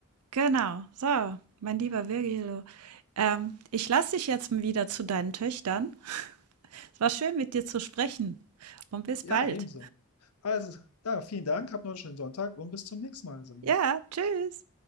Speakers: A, on the right; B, on the left.
A: genau. So, mein lieber Virgilio, ähm, ich lasse dich jetzt wieder zu deinen Töchtern. Es war schön, mit dir zu sprechen und bis
B: Ja,
A: bald.
B: ebenso. Also, da, vielen Dank, habt noch einen schönen Sonntag und bis zum nächsten Mal, Sabine.
A: Ja, tschüss.